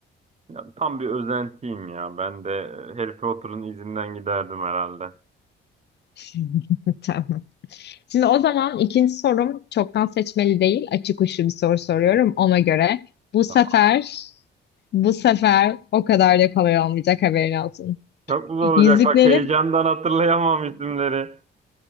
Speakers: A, on the right (about 35°); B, on the left (about 60°).
A: ya tam bir özentiyim ya. Ben de Harry Potter'ın izinden giderdim herhalde.
B: <laughs> Tamam. Şimdi o zaman ikinci sorum çoktan seçmeli değil. Açık uçlu bir soru soruyorum ona göre. Bu sefer
A: Tamam.
B: bu sefer o kadar da kolay olmayacak haberin olsun.
A: Çok güzel olacak.
B: Yüzüklerin
A: Bak heyecandan hatırlayamam isimleri.